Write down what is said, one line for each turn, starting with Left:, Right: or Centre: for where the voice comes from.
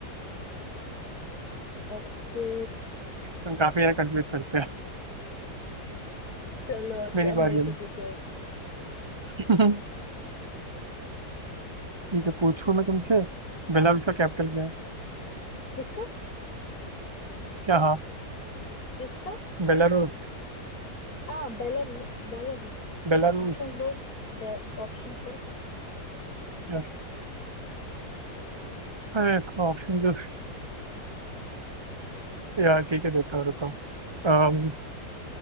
Left: ओके
Right: तुम काफी यार कंफ्यूज करते हो
Left: चलो अच्छा
Right: मेरी
Left: मेरे
Right: बारी
Left: से
Right: अब
Left: पूछो एक हम
Right: <laughs> ठीक है पूछूं मैं तुमसे बेलारूस
Left: हाँ
Right: का कैपिटल क्या है
Left: किसका
Right: क्या हाँ
Left: किसका
Right: बेलारूस
Left: आ बेलर बेलारूस
Right: बेलारूस
Left: ऑप्शंस दो बे ऑप्शंस दो
Right: यस अरे इसका ऑप्शन तो यार ठीक है देता हूँ रुको अम,